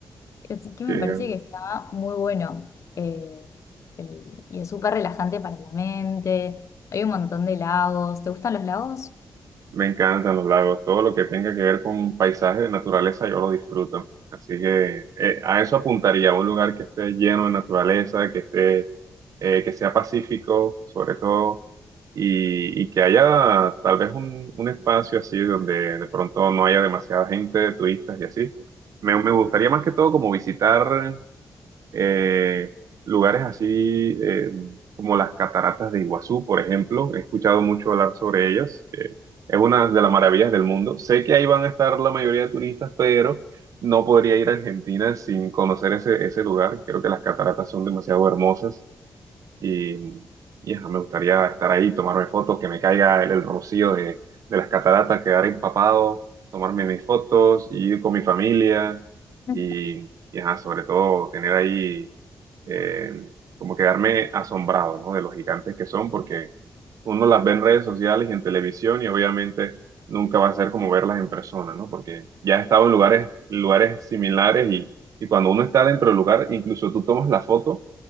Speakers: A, on the left; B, on the right.
A: Así que
B: que
A: me parece que está muy bueno eh, el- y es súper relajante para la mente. Hay un montón de lagos. ¿Te gustan los lagos?
B: Me encantan los lagos, todo lo que tenga que ver con paisaje de naturaleza yo lo disfruto. Así que eh, a eso apuntaría, un lugar que esté lleno de naturaleza, que esté, eh, que sea pacífico sobre todo, y, y que haya tal vez un, un espacio así donde de pronto no haya demasiada gente, turistas y así. Me, me gustaría más que todo como visitar eh, lugares así eh, como las cataratas de Iguazú, por ejemplo. He escuchado mucho hablar sobre ellas, que es una de las maravillas del mundo. Sé que ahí van a estar la mayoría de turistas, pero no podría ir a Argentina sin conocer ese, ese lugar. Creo que las cataratas son demasiado hermosas. Y, y ajá, me gustaría estar ahí, tomarme fotos, que me caiga el, el rocío de, de las cataratas, quedar empapado, tomarme mis fotos, y ir con mi familia
A: <laughs>
B: y, y ajá, sobre todo tener ahí eh, como quedarme asombrado, ¿no? De los gigantes que son, porque uno las ve en redes sociales y en televisión y obviamente nunca va a ser como verlas en persona, ¿no? Porque ya he estado en lugares, lugares similares y, y cuando uno está dentro del lugar, incluso tú tomas la foto